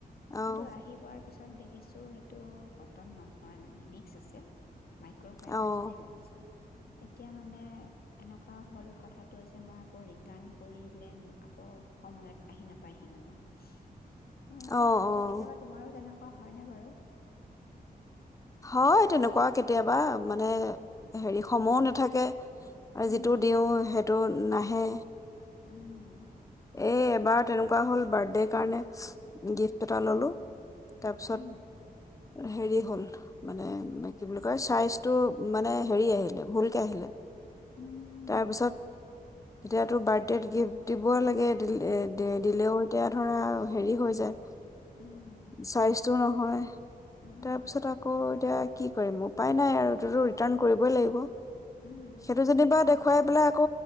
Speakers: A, on the left (about 20°); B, on the left (about 75°).
A: অ'
B: কিন্তু আহি পোৱাৰ তাৰ পিছত দেখিছো সেইটো কটন নহয় মানে, মিক্স আছে। মাইক্ৰ'ফাইবাৰ
A: অ'
B: যেনে লাগিছে। এতিয়া মানে--এনেকুৱা হ'ল কথাত <unintelligible> মই আকৌ ৰিটাৰণ কৰিলে আ, আকৌ সময়ত আহি নাপাইহি মানে। অ, কিয়
A: অ' অ'।
B: ভাবিছো, কেতিয়াবা তোমাৰো তেনেকো <unintelligible> কোৱা হয়নে বাৰু?
A: হয় তেনেকুৱা কেতিয়াবা মানে, হেৰি সময় নাথাকে। আৰু
B: উম,
A: যিটো দিও সেই <unintelligible> টো নাহে।
B: উম
A: এই এইবাৰো তেনেকুৱা হ'ল বাৰ্থডেৰ কাৰণে, গিফ্ট এটা ললো। তাৰপিছত
B: উম,
A: হেৰি হ'ল। মানে, মানে কি বুলি কয় চাইজটো মানে, হেৰি আহিলে, ভুলকে আহিলে।
B: উম,
A: তাৰপিছত! তেতিয়াাতো বাৰ্থদেত গিফ্ট দিব <unintelligible> দিব লাগে, দিল দিলেও এতিয়া ধৰা হেৰি হৈ যায়।
B: উম,
A: চাইজটোও নহয়,
B: উম,
A: তাৰপিছত আকৌ এতিয়া কি কৰিম উপায় নাই আৰু এইটোতো ৰিটাৰ্ণ কৰিবই লাগিব।
B: উম,
A: সেইটো যেনিবা দেখুৱাই পেলাই আকৌ